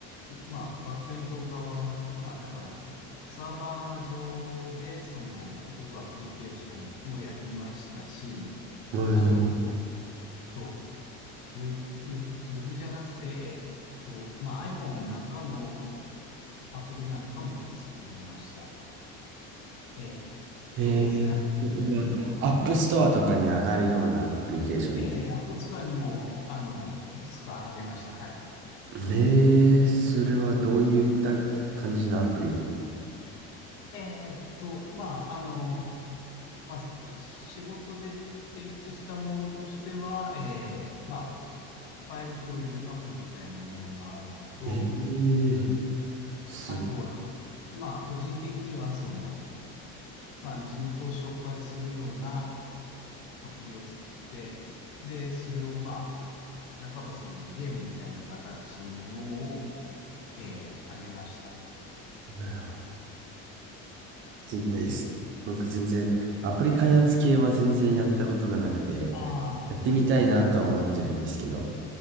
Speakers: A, on the left; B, on the right.
A: ック、まあ、バックエンド側、まあ、だから、サーバー上でその動くアプリケーションもやりましたし、
B: えー、
A: あと、えっと、ウェブ、ウェブウェブじゃなくて、えーっと、まあ、iPhone なんかのアプリなんかも作りました。えー、そうですね。
B: えー、それはアップストアとかに上がるようなアプリケーション。
A: えー、App Store にも、あの、いくつかあげました。はい。
B: えー、それはどういった感じのアプリを。
A: えーっと、まあ、あの、まあ、仕事で提出したものとしては、えー、まあ、ファイル共有アプリみたいなものがあるのと、
B: えー、す、
A: あとは、まあ、個人的には、その、まあ、地元を紹介するようなアプリを作って、で、それを、まあ、半ばそのゲームみたいな形のものを、えー、あげました。
B: なるほど。すごいです。
A: えー、
B: 僕全然、アプリ開発系は全然やったことがなくて、
A: ああ、
B: やってみたいなとは思ってるんですけど、